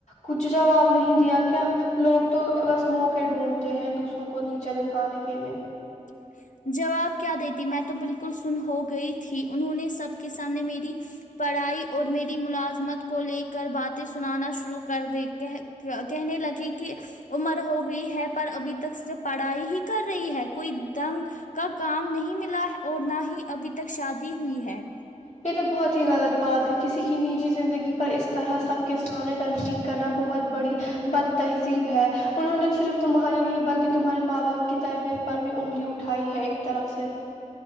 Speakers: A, on the left; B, on the left.
A: کچھ جواب نہیں دیا کیا لوگ تو بس موقعے ڈھونڈتے ہیں دوسروں کو نیچے دکھانے کے لیے
B: <inaudible> جواب کیا دیتی میں تو بالکل سن ہو گئی تھی انہوں نے سب کے سامنے میری پڑھائی اور میری ملازمت کو لے کر باتیں سنانا شروع کر دے کہہ کہنے لگے کہ عمر ہو گئی ہے پر ابھی تک صرف پڑھائی ہی کر رہی ہے کوئی دنگ کا کام نہیں ملا ہے اور نہ ہی ابھی تک شادی ہوئی ہے
A: یہ تو بہت ہی غلط بات ہے کسی کی نجی زندگی پر اس طرح سب کے سامنے تنقید کرنا بہت بڑی بد تہذیب ہے انہوں نے صرف تمہاری نہیں بلکہ تمہارے ماں باپ کی تربیت پر بھی انگی اٹھائی ہے ایک طرف سے